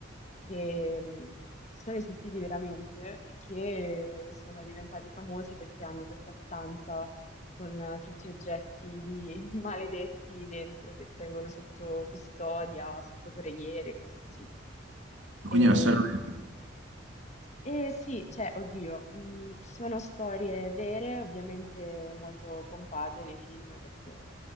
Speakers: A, on the left; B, on the right.
A: che mh, sono esistiti veramente e che sono diventati famosi perché hanno questa stanza con eh, tutti gli oggetti <laughs> maledetti dentro che tengono sotto custodia, sotto preghiere, cose così.
B: Quindi
A: E,
B: è una storia vera?
A: e sì, cioè, oddio, mh, sono storie vere, ovviamente molto pompate nei film perché